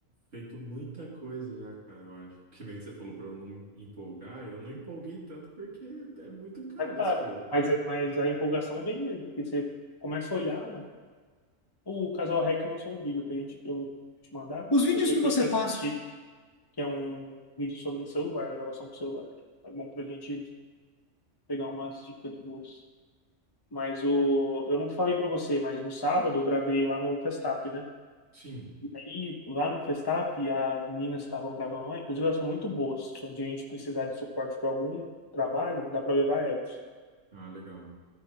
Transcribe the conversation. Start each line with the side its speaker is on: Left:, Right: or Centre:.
Right: feito muita coisa já, cara, eu acho. Que nem você falou pra eu não me empolgar, eu não empolguei tanto porque é muito caro
Left: É caro.
Right: as coisas.
Left: Mas, é- mas a empolgação vem mesmo, porque você começa a olhar, mano. O Casal Rec lançou um vídeo pra gente, eu vou te mandar, Os vídeos que depois pra gente você gente faz. assistir, que é um vídeo sobre o celular, gravação do celular. É bom pra gente pegar umas dicas boas. Mas o, eu não falei pra você, mas no sábado eu gravei lá no Festap, né?
Right: Sim.
Left: Aí lá no Festap, as meninas que estavam gravando lá, inclusive elas são muito boas. Se um dia a gente precisar de suporte pra algum trabalho, dá pra levar elas.
Right: Ah, legal.